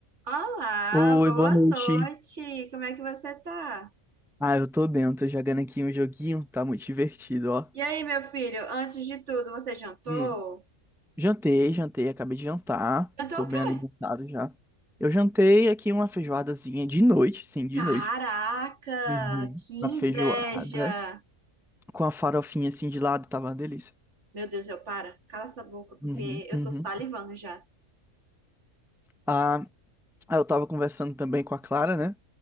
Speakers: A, on the right; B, in the centre.
A: Olá,
B: Oi,
A: boa
B: boa noite.
A: noite. Como é que você tá?
B: Ah, eu tô bem, eu tô jogando aqui um joguinho, tá muito divertido, ó.
A: E aí, meu filho, antes de tudo, você jantou?
B: Hum. Jantei, jantei, acabei de jantar,
A: Jantou
B: tô
A: o
B: bem
A: quê?
B: alimentado já. Eu jantei aqui uma feijoadazinha de noite, sim, de
A: Caraca,
B: noite. Uhum.
A: que inveja!
B: Uma feijoada com a farofinha assim de lado, tava uma delícia.
A: Meu Deus, eu para. Cala essa boca, porque
B: Uhum,
A: eu
B: uhum.
A: tô salivando já.
B: Ah, eu tava conversando também com a Clara, né?